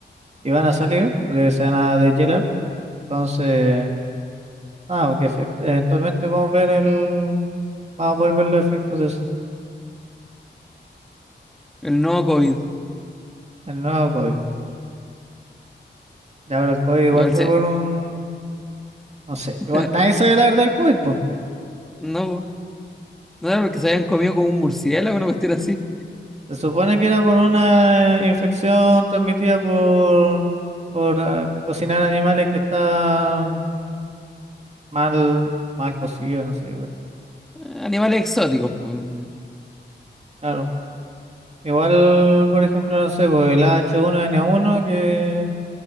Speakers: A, on the right (about 35°); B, in the centre.
A: y van a salir porque se van a deshielar. Entonces, nada, porque efect- eventualmente vamos a ver el, vamos a poder ver los efectos de eso,
B: El nuevo COVID.
A: el nuevo COVID. Y ahora el COVID igual
B: Igual
A: fue
B: se...
A: por un, no sé,
B: <laughs>
A: igual nadie sabe la verdad del COVID,
B: No, po. No era porque se habían comido como un murciélago, una cuestión así.
A: Se supone que era por una eh, infección transmitida por, por ah, cocinar animales que están mal, mal cocidos, no sé qué cuestión.
B: Animales exóticos, pues.
A: Claro. Igual, por ejemplo, no sé, pues el H1N1, que